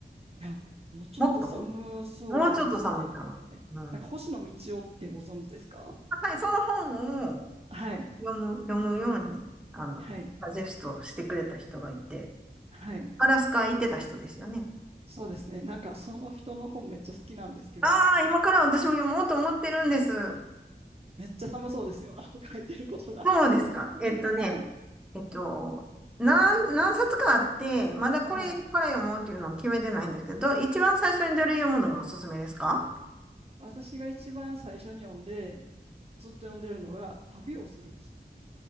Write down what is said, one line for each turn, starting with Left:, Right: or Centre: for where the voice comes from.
Right: いや、もうちょっと寒そうですね。
Centre: もっともうちょっと寒いかな。うん。
Right: なんか、星野道夫ってご存知ですか
Centre: はい、その本を、
Right: はい。
Centre: 読む、読むように、あの、
Right: はい。
Centre: サジェストしてくれた人がいて、
Right: はい。
Centre: アラスカ行ってた人ですよね。
Right: そうですね。なんか、その人の本めっちゃ好きなんですけど、
Centre: ああ、
Right: 私。
Centre: 今から私も読もうと思ってるんです。
Right: めっちゃ寒そうですよ。あの書いてることが。
Centre: そうですか。
Right: <laughs>
Centre: えっとね、
Right: はい。
Centre: えっと、何、何冊かあって、まだこれから読もうっていうのを決めてないんですけど、
Right: はい。
Centre: 一番最初にどれ読むのがおすすめですか
Right: 私が一番最初に読んで、ずっと読んでるのが、旅をする気。